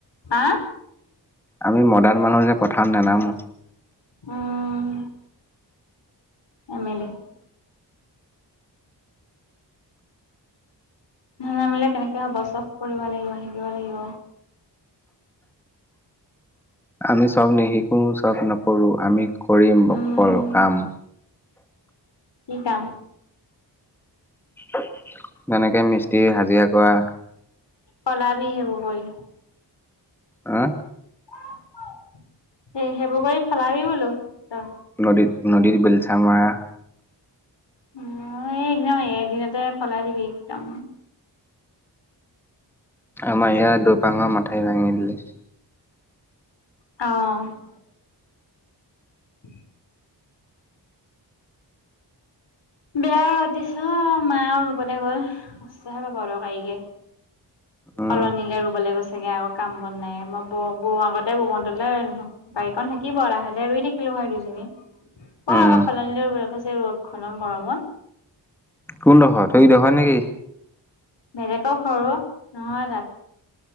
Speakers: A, on the left (about 75°); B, in the centre.
A: আ।
B: আমি মডাৰ্ণ মানুহ যে পথাৰত নেনামো।
A: উম এমেলে। নেনামিলে কেনেকে হ'ব চব কৰিব লাগিব শিকিব লাগিব।
B: আমি চব নিশিকো চব নকৰো আমি কৰিম
A: উম
B: অকল কাম।
A: কি কাম?
B: তেনেকে মিস্ত্ৰী হাজিৰা কৰা।
A: কলাবি সেই বোৰ কৰি
B: হা
A: এ', সেইবোৰ কৰি ফলাবি বোলো ত,
B: নদীত নদীত বেলচা মৰা
A: অ', এই একদম এদিনতে পলাই দিবি একদম
B: আমাৰ ইয়াত দুপাঙৰ মথাাই ভাঙি দিলে।
A: অ', <inaudible> বেয়া ৰ'দ দিছে অ, মা আৰু ৰুবলৈ গল কষ্ট হে পাব আৰু গাড়িকে
B: উম
A: সলনিলে ৰুবলৈ গৈছেগে আকৌ কাম বন নাই মই বৌ বৌ আগতে ববটো ৰান্ধো বাৰীখন থাকিব লাহে-লাহে ৰুই থাকিলো হয়। দুজনী অ',
B: উম
A: আগৌ খলনিল বেলেগৈছে ৰ'দ খলন গৰমত
B: কোনডোখৰ ত সৰি দেখৰ নেকি?
A: বেলেগেকৰ ঘৰ অ, নহয় তাত